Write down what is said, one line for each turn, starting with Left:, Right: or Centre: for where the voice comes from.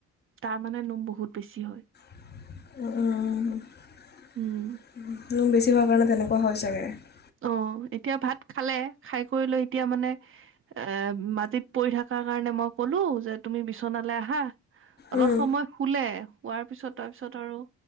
Right: তাৰ মানে নোম বহুত বেছি হয়
Left: অহ নোম বেছি হোৱাৰ
Right: উম
Left: কাৰণে তেনেকুৱা হয় চাগে।
Right: অ, এতিয়া ভাত খালে, খাই কৰি লৈ এতিয়া মানে, এহ মাটিত পৰি থকাৰ কাৰণে মই কলো যে তুমি বিচনালৈ আহা অলপ
Left: অঁ
Right: সময় শুলে, শোৱাৰ পিছত তাৰপিছত আৰু